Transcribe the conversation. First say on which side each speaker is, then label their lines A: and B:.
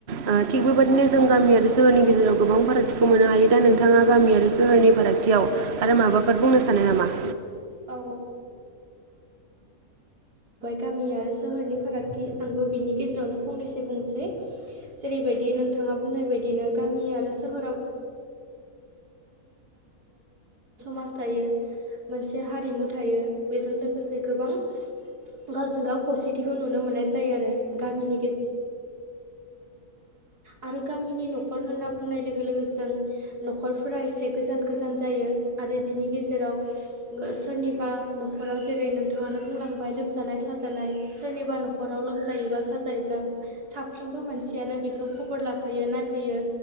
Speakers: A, on the right; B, on the right.
A: ओ थिग बेबादिनो जों गामि आरो सोहोरनि गेजेराव गोबां फारागथिखौ मोननो हायो। खाथियाव आरो माबाफोर बुंनो सानो नामा?
B: औ औ। गामि आरो सोहोरनि फारागथि आंबो बिनि गेजेरावनो फंनैसो बुंनोसै। जेरैबायदि नोंथाङा। बुंनाय बायदिनो गामि आरो सोहो समाज थायो मोनसे हारिमु थायो बेजों लोगोसे गोबां। गावजों गाव खौसेथिखौ नुनो मोननाय जायो आरो गामिनि। आरो गामिनि न'खर होनना बुंनाय लोगो लोगो ज न'खरफोरा एसे गोजान गोजान जायो। आरो बिनि गेजेराव सोरनिबा नखराव जेरै नोंथाङा नो बुंलांबाय लोमजानाय सानजानाय सोरनिबा नखराव लोमजायोबा साजायोबा साफ्रोमबो मानसियानो बेखौ खबर नायफैयो